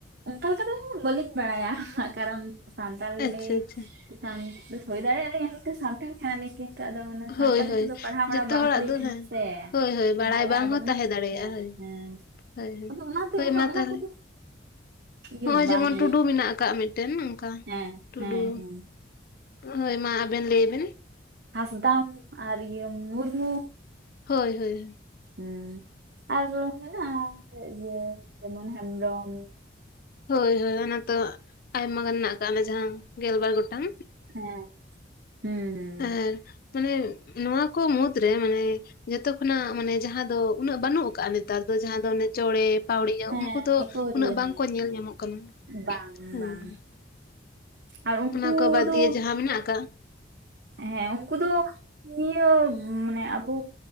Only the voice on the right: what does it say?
ᱚᱱᱠᱟ ᱞᱮᱠᱟ ᱫᱚ ᱵᱟᱹᱞᱤᱧ ᱵᱟᱲᱟᱭᱟ ᱠᱟᱨᱚᱱ ᱥᱟᱱᱛᱟᱞᱤ
ᱥᱟᱱ ᱦᱩᱭ ᱫᱟᱲᱮᱭᱟᱜ-ᱟ ᱞᱤᱧ ᱟᱹᱞᱤᱧ ᱫᱚ ᱥᱟᱱᱛᱟᱲ ᱠᱟᱱᱟ ᱞᱤᱧ ᱠᱤ ᱛᱚ ᱟᱫᱚ ᱢᱟᱱᱮ
ᱥᱟᱶᱛᱟᱞᱤ
ᱛᱮ ᱫᱚ ᱯᱟᱲᱦᱟᱣ ᱢᱟᱲᱦᱟᱣ
ᱵᱟᱝ
ᱦᱩᱭ
ᱠᱟᱱᱟ
ᱥᱮ
ᱛᱟᱦᱚᱞᱮ
ᱟᱫᱚ
ᱚᱱᱟ
ᱦᱮᱸ
ᱦᱮᱸ
ᱟᱫᱚ ᱚᱱᱟᱛᱮ
ᱩᱱᱟᱹᱜ
ᱚᱱᱟ
ᱠᱚᱫᱚ ᱤᱭᱟᱹ
ᱵᱟᱝ
ᱤᱭᱟᱹ
ᱦᱮᱸ
ᱦᱮᱸ ᱦᱮᱸ
ᱦᱟᱸᱥᱫᱟ ᱟᱨ ᱤᱭᱟᱹ ᱢᱩᱨᱢᱩ
ᱦᱮᱸ ᱟᱨ ᱢᱮᱱᱟᱜ-ᱟ ᱤᱭᱟᱹ ᱡᱮᱢᱚᱱ ᱦᱮᱢᱵᱨᱚᱢ
ᱦᱮᱸ ᱦᱩᱸ
ᱦᱮᱸ
ᱟᱠᱚᱨᱤᱭᱟᱹ
ᱦᱮᱸ
ᱵᱟᱝ
ᱵᱟᱝ ᱟᱨ ᱩᱱᱠᱩ
ᱫᱚ
ᱦᱮᱸ ᱩᱱᱠᱩ ᱫᱚ ᱱᱤᱭᱟᱹ ᱢᱟᱱᱮ ᱟᱵᱚ